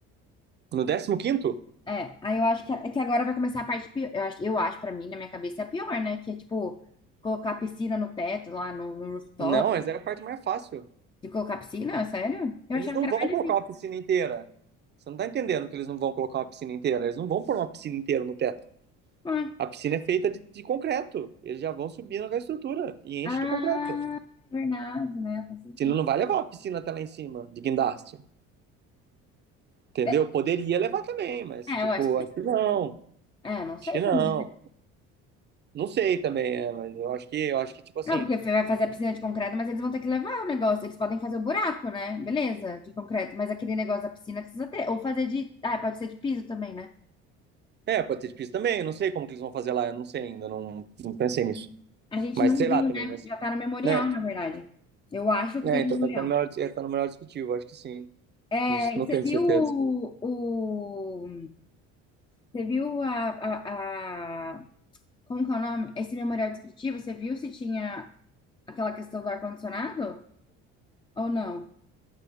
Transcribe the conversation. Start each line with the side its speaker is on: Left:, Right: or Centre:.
Right: No décimo quinto?
Left: É, aí eu acho que, é que agora vai começar a parte pior. Eu acho, eu acho para mim, na minha cabeça, é a pior, né? Que é tipo, colocar piscina no teto, lá no, no rooftop.
Right: Não, mas é a parte mais fácil.
Left: De colocar piscina, sério? Eu
Right: Eles
Left: achava
Right: não
Left: que era
Right: vão
Left: mais
Right: colocar
Left: difícil.
Right: uma piscina inteira. Você não tá entendendo que eles não vão colocar uma piscina inteira. Eles não vão pôr uma piscina inteira no teto.
Left: Ah,
Right: A piscina é feita de, de concreto. Eles já vão subindo com a estrutura e enche
Left: ah,
Right: de concreto.
Left: é verdade, né? Faz sentido.
Right: Senão não vai levar uma piscina até lá em cima, de guindaste. Entendeu?
Left: É,
Right: Poderia levar também, mas,
Left: é,
Right: tipo,
Left: eu acho que.
Right: acho que não.
Left: É, não sei
Right: Acho que não.
Left: como.
Right: Não sei também, é, mas eu acho que, eu acho que, tipo assim.
Left: Não, porque vai fazer a piscina de concreto, mas eles vão ter que levar o negócio. Eles podem fazer o buraco, né? Beleza, de concreto. Mas aquele negócio da piscina precisa ter. Ou fazer de. Ah, pode ser de piso também, né?
Right: É, pode ter difícil também. eu Não sei como que eles vão fazer lá. Eu não sei ainda. Não, não pensei nisso.
Left: A gente
Right: Mas
Left: não
Right: sei
Left: viu,
Right: lá também,
Left: né?
Right: mas.
Left: Já tá no memorial,
Right: É,
Left: na verdade. Eu acho que
Right: é
Left: tem no
Right: então
Left: memorial.
Right: tá, tá no melhor, é, tá no melhor discutível, acho que sim.
Left: É,
Right: Não, não
Left: e você
Right: tenho
Left: viu
Right: certeza.
Left: o, o- você viu a, a, a- como que é o nome? Esse memorial descritivo, você viu se tinha aquela questão do ar-condicionado ou não?